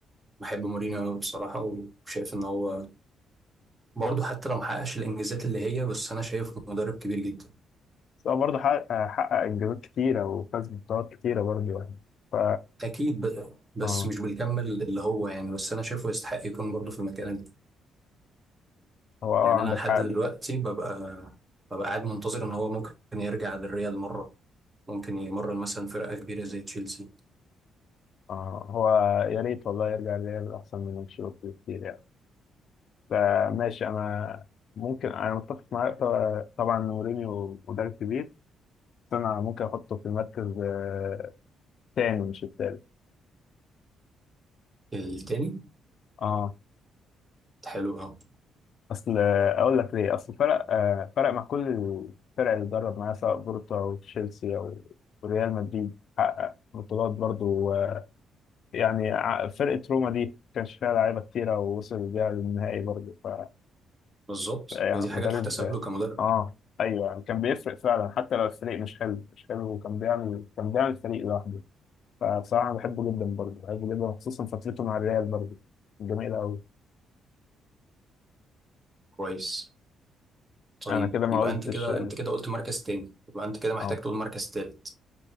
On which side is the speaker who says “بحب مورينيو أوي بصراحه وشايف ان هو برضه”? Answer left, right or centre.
Right